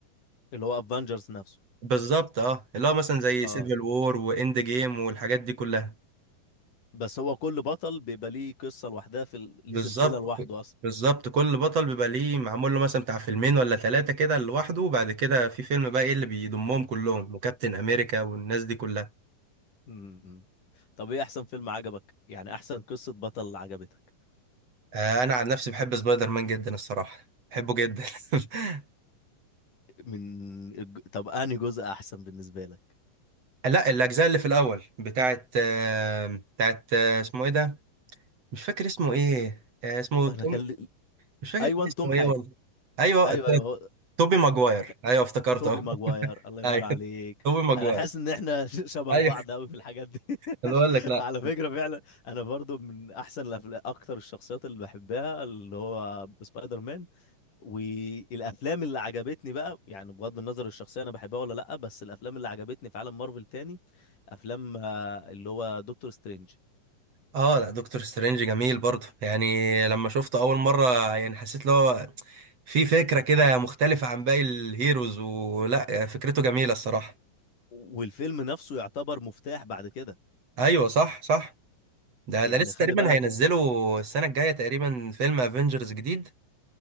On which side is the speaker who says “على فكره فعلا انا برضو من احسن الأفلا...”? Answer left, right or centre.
Left